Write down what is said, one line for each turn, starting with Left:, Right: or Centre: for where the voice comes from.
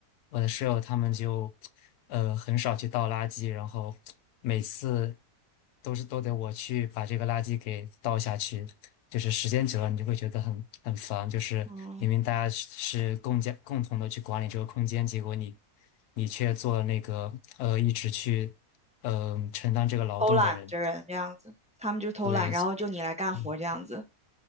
Left: 我的室友他们就，呃，很少去倒垃圾，然后每次都是都得我去把这个垃圾给倒下去。就是时间久了，你就会觉得很很烦。就是明明大家是是共家共同的去管理这个空间，
Centre: 嗯，
Left: 结果你你却做了那个呃一直去嗯、呃承担这个劳动的人。
Centre: 偷懒的人这样子，他们就偷懒，
Left: 对，
Centre: 然后就你来干活这样子。
Left: 嗯